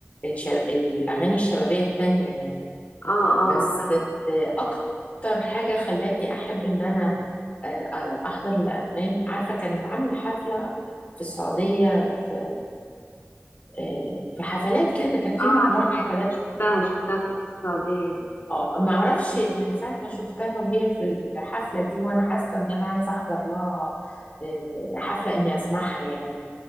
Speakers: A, on the left; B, on the left.
A: الش- الاغاني الشبابيه التانيه يعني
B: اه اه
A: بس
B: فاهمة
A: آه، اكتر حاجه خلتني احب ان انا آه، آه، احضر لانغام عارفه كانت عامله حفله في السعوديه في آه، في حفلات كده كانت
B: اه
A: في مجموعه
B: عارفاها
A: حفلات
B: شفتها شفتها بتاعت السعودية دي
A: اه ما اعرفش من ساعه ما شفتها وهي في الحفله دي وانا حاسه ان انا عايزه احضر لها آه، حفله اني اسمعها يعني